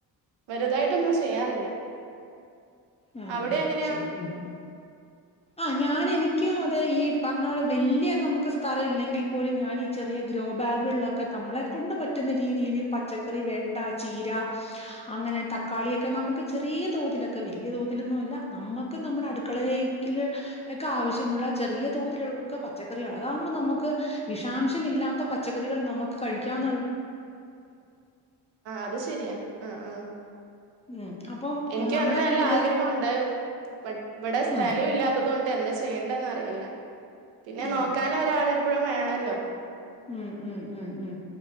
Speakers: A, on the right; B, on the left.
A: വലുതായിട്ടൊന്നും ചെയ്യാറില്ല
B: അ
A: അവിടെ
B: അ
A: എങ്ങനെയാ
B: ശരി അ അ അഞാൻ എനിക്കും അതെ ഇ പരന്നപോലെ വല്യ നമ്മക് സ്ഥലം ഇല്ലങ്കിൽ പോലും ഞാനി ചെറിയ ഗ്രോബാഗിൽ ഉള്ളക്കെ നമ്മളെ കൊണ്ട് പറ്റുന്ന രീതിയിൽ പച്ചക്കറി വെണ്ട ചീര അങ്ങനെ തക്കാളി ഒക്കെ നമ്മുക്ക് ചെറിയ തോതിലൊക്കെ വീൽ വലിയ തോതിലൊന്നും അല്ല നമ്മക് നമ്മളെ അടുക്കളെക്കിൽക്ക്‌ ആവിശ്യമുള്ള ചെറിയ തോതിലുക്ക പച്ചക്കറികൾ അതാവുബേ നമ്മുക്ക് വിഷാംശം ഇല്ലാത്ത പച്ചക്കറികൾ നമ്മക് കഴിക്കാം
A: അത് ശരിയ അ അ
B: ഉം അപ്പം
A: എനിക്ക്
B: നമ്മുടെ
A: അങ്ങനെ നല്ല
B: വീട്ടിലെ
A: ആഗ്രഹം ഉണ്ട് ബട്ട്‌ ഇവിടെ സ്ഥലം
B: ഉം
A: ഇല്ലത്തധോണ്ട ണ്ട് എന്താ ചെയ്യണ്ട് എന്നറിയില്ല പിന്നെ
B: ആ
A: നോക്കാൻ ഒരാൾയെപ്പയും വേണ ലോ
B: മ് മ് മ് മ്